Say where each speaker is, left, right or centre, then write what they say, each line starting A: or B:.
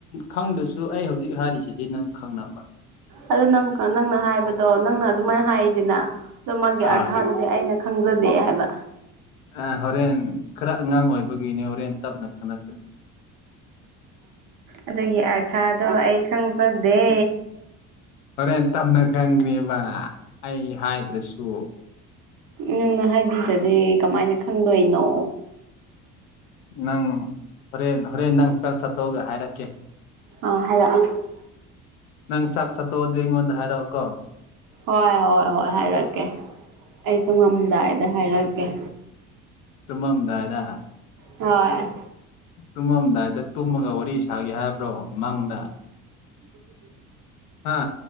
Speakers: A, on the left (about 80°); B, on the right (about 50°).
A: ꯈꯪꯗ꯭ꯔꯁꯨ ꯑꯩ ꯍꯧꯖꯤꯛ ꯍꯥꯏꯔꯤꯁꯤꯗꯤ ꯅꯪ ꯈꯪꯅꯕ
B: ꯑꯪ ꯅꯪꯅ ꯍꯥꯏꯕꯗꯣ ꯅꯪꯅ ꯑꯗꯨꯃꯥꯏꯅ ꯍꯥꯏꯔꯤꯗꯅ ꯑꯗꯣ ꯃꯥꯒꯤ
A: ꯍꯥ
B: ꯑꯥꯔꯊꯥ ꯗꯤ ꯑꯩꯅ ꯈꯪꯖꯗꯦ ꯍꯥꯏꯕ
A: ꯑ ꯍꯣꯔꯦꯟ ꯈꯔ ꯑꯉꯥꯡ ꯑꯣꯏꯕꯒꯤꯅꯦ ꯍꯣꯔꯦꯟ ꯇꯞꯅ ꯈꯪꯅ
B: ꯑꯗꯨꯒꯤ ꯑꯔꯊꯥꯗꯣ ꯑꯩ ꯈꯪꯕꯗꯦ
A: ꯍꯣꯔꯦꯟ ꯇꯝꯅ ꯈꯪꯈ꯭ꯦꯕ ꯑꯩ ꯍꯥꯏꯗ꯭ꯔꯁꯨ
B: ꯅꯪꯅ ꯍꯥꯏꯕꯤꯔꯗꯤꯦ ꯀꯃꯥꯏꯅ ꯈꯪꯗꯣꯏꯅꯣ
A: ꯅꯪ ꯍꯣꯔꯦꯟ ꯍꯣꯔꯦꯟ ꯅꯪ ꯆꯠ ꯆꯠꯊꯣꯛꯑꯒ ꯍꯥꯏꯔꯛꯀꯦ
B: ꯑꯥ ꯍꯥꯏꯜꯂꯛꯑꯣ
A: ꯅꯪ ꯆꯥꯛ ꯆꯠꯇꯣꯛꯑꯗꯤ ꯑꯩꯉꯣꯟꯗ ꯍꯥꯏꯔꯛꯑꯣ ꯀꯣ
B: ꯍꯣꯏ ꯍꯣꯏ ꯍꯣꯏ ꯍꯥꯏꯔꯛꯀꯦ ꯑꯩ ꯇꯨꯡꯉꯝꯗꯥꯏꯗ ꯍꯥꯏꯔꯛꯀꯦ
A: ꯇꯨꯃꯝꯗꯥꯏꯗ
B: ꯍꯣꯏ
A: ꯇꯨꯝꯃꯝꯗꯥꯏꯗ ꯇꯨꯝꯃꯒ ꯋꯥꯔꯤ ꯁꯥꯒꯦ ꯍꯥꯏꯕ꯭ꯔꯣ ꯃꯪꯗ ꯍꯥ